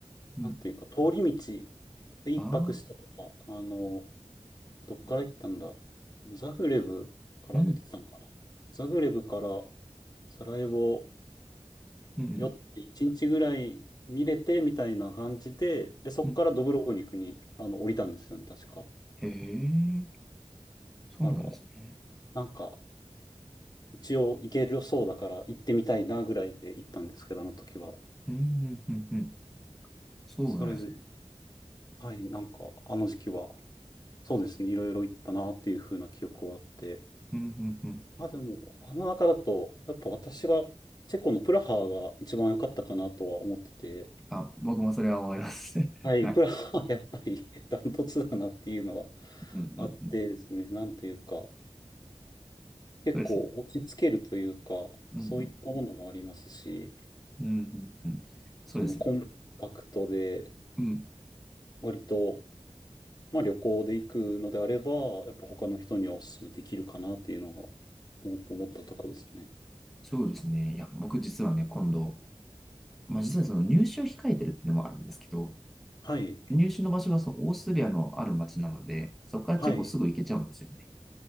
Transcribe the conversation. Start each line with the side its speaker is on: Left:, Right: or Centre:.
Centre: うん。
Left: なんていうか、通り道で一泊したとか、
Centre: ああ、
Left: あの、どっから行ったんだザグレブから出てたのかなザグレブから
Centre: うん、
Left: サラエボ
Centre: うん、
Left: 寄って一日ぐらい見れてみたいな感じで、で、そこからドブロブニクにあの降りたんですよね、
Centre: うん。
Left: 確か。だ
Centre: へえ、そうなんですね。
Left: から、なんか、一応行けるそうだから行ってみたいなぐらいで行ったんですけど、あの時は。
Centre: うん、うん、うん、うん。そうなんですね。
Left: それで、はい、なんか、あの時期は、そうですね、いろいろ行ったなっていう風な記憶はあって、
Centre: うん、うん、うん。
Left: あ、でも、あの中だと、やっぱ私が、チェコのプラハが一番良かったかなとは思ってて、
Centre: あ、僕もそれは思います。
Left: はい、
Centre: <laughs> はい。
Left: プラハはやっぱり <laughs> ダントツだなっていうのは
Centre: うん、うん、
Left: あってですね、
Centre: うん。
Left: なんというか、結構落ち着けるというか、
Centre: そうですね。うん、
Left: そういったものもありますし、
Centre: うん、うん、うん、うん。そうですよね。
Left: そのコンパクトで、
Centre: うん。
Left: 割と、まあ旅行で行くのであれば、やっぱ他の人にはお勧めできるかなっていうのが、もっと思ったとこですね。
Centre: そうですね。いや、僕実はね、今度、まあ実はその入試を控えてるっていうのもあるんですけど、
Left: はい、
Centre: 入手の場所がそのオーストリアのある町なので、そこからチェコすぐ行けちゃうんですよね。
Left: はい、